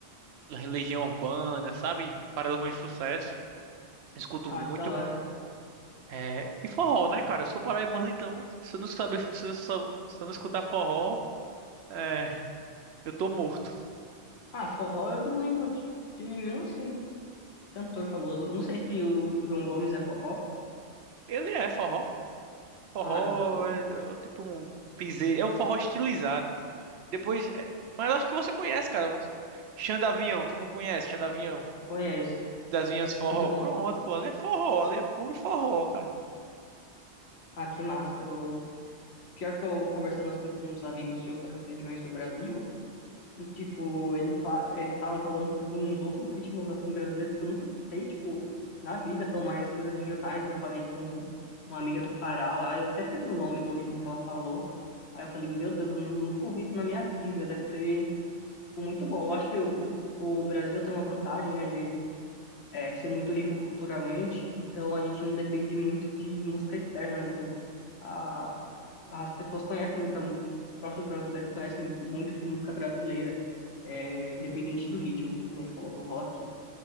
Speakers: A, on the right; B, on the left.
A: Legião Urbana, sabe? Paralamas de Sucesso. Escuto
B: Ah,
A: muito.
B: que da hora.
A: É, e forró, né, cara? Eu sou paraibano, então se eu não saber, se eu, só- se eu não escutar forró, é, eu tô morto.
B: Ah, forró eu não lembro de, de nenhum, assim, cantor famoso. Não sei se o, o João Gomes é forró.
A: Ele é forró. Forró
B: Ah, então
A: é, é tipo um piseiro, é um forró estilizado. Depois, é, mas acho que você conhece, cara. Xandavião, tu não conhece Xandavião?
B: conheço.
A: Das Vinhas Forró?
B: Muito bom.
A: Pronto, pô, ali é forró, ali é puro forró, cara.
B: Ah, que massa. Eu, pior que eu conversando assim com uns amigos de outras regiões do Brasil. E, tipo, eles fa- eles estavam falando sobre uns outros ritmos, assim, brasileiros que eu nunca escutei, tipo, na vida, são mais coisas regionais. Eu falei com uma amiga do Pará lá, eu até esqueci o nome do ritmo que ela falou. Aí eu falei, meu Deus, eu nunca ouvi isso na minha vida, deve ser tipo, muito bom. Eu acho que o, o Brasil tem uma vantagem, né, de é, ser muito rico culturalmente, então a gente não depende muito de música externa, né, então a, as pessoas conhecem muito a música, os próprios brasileiros conhecem muito de música brasileira, é, independente do ritmo, que nem você falou do rock,